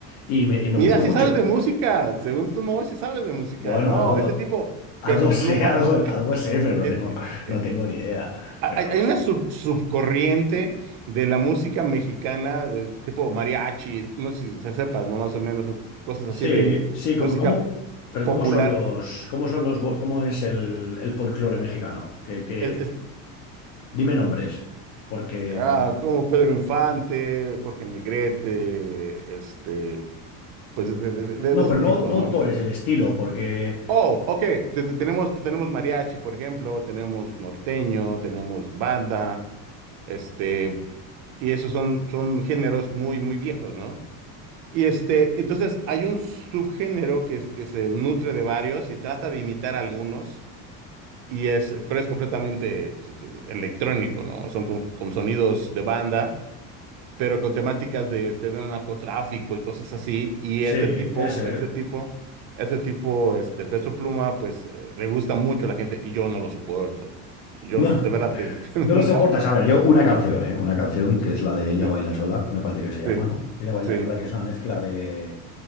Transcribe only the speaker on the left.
Y me, y me
gustó
mucho.
Bueno,
algo,
algo
sé,
<laughs> algo, algo sé, pero no
tengo,
no tengo ni idea.
Pero algo
sé.
Sí,
sí,
como, como, pero
¿cómo son los, cómo son los, vo- cómo es el, el folclore mexicano? Que, que,
dime nombres, porque
mm,
no,
pero
no, no
autores, el estilo, porque
sí,
ese,
<laughs>
no,
no lo soportas.
A ver, yo una canción, ¿eh? Una canción que es la de Ella
baila sola, me parece que se llama,
¿no? Ella baila
sola, que es una mezcla de,